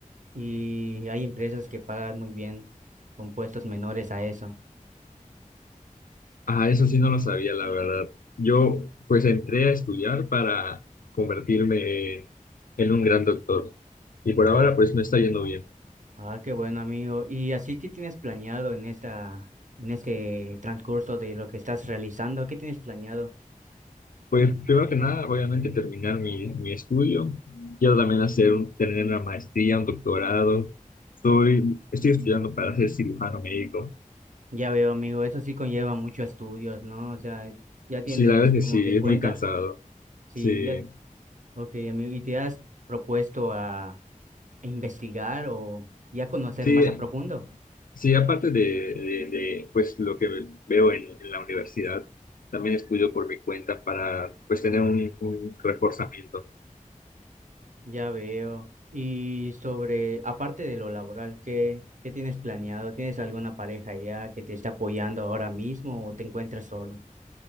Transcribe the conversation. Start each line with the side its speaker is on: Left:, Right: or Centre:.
Right: y hay empresas que pagan muy bien con puestos menores a eso.
Left: Ah, eso sí no lo sabía, la verdad. Yo pues entré a estudiar para convertirme en un gran doctor y por ahora
Right: O
Left: pues me está yendo bien.
Right: Ah, qué bueno, amigo. ¿Y así qué tienes planeado en esta, en este transcurso de lo que estás realizando? ¿Qué tienes planeado?
Left: Pues primero que nada, obviamente terminar mi, mi estudio. Quiero también hacer un- tener una maestría, un doctorado. Estoy, estoy estudiando para ser cirujano médico.
Right: Ya veo, amigo, eso sí conlleva muchos estudios, ¿no? O sea, ya tienes
Left: Sí, la verdad
Right: como
Left: es que sí,
Right: que en
Left: es
Right: cuenta.
Left: muy cansado.
Right: Sí,
Left: Sí,
Right: ya, ok, amigo. ¿Y te has propuesto a investigar o ya conocer
Left: sí,
Right: más a profundo?
Left: Sí, aparte de, de- de, pues lo que veo en, en la universidad, también estudio por mi cuenta para pues tener un, un reforzamiento.
Right: Ya veo. Y sobre, aparte de lo laboral, ¿qué, qué tienes planeado? ¿Tienes alguna pareja ya que te está apoyando ahora mismo o te encuentras solo?